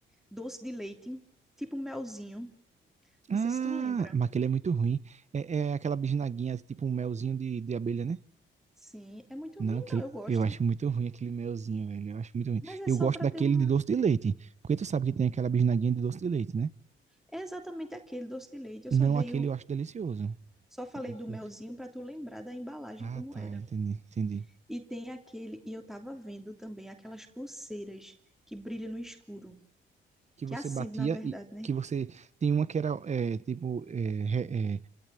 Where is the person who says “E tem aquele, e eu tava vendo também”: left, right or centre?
Centre